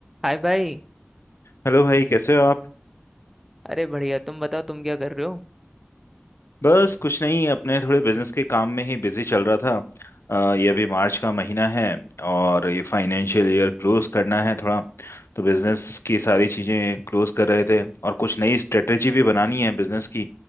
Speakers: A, in the centre; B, on the left.
A: हाय भाई
B: Hello भाई कैसे हो आप
A: अरे बढ़िया तुम बताओ तुम क्या कर रहे हो
B: बस कुछ नहीं अपने थोड़े बिजनेस के काम में ही बिजी चल रहा था अ, ये अभी मार्च का महीना है और ये फाइनेंशियल ईयर क्लोज करना है थोड़ा तो बिजनेस की सारी चीजें क्लोज कर रहे थे और कुछ नई स्ट्रेटेजी भी बनानी है बिजनेस की